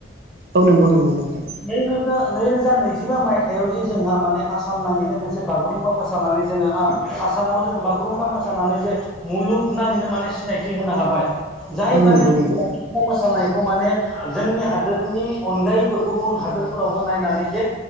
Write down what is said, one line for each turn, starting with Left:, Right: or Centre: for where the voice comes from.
Right: औ नंगौ नंगौ नोंथां
Centre: नैरोजा नैरोजा नैजिबा मायथाइयाव जे जोंहा माने आसाम नाङैनो मोनसे बागुरुम्बा मोसानानै जोङो आं आसामाव जोङो बागुरुम्बा मोसानानै जे मुलुगनाङैनो माने सिनायथि होनो हाबाय जाय
Right: औ
Centre: माने
Right: नंगौ नंगौ
Centre: खौ मोसानायखौ माने जोंनि हादोरनि अनगायैबो गुबुन हादोरफोरावबो नायनानै जे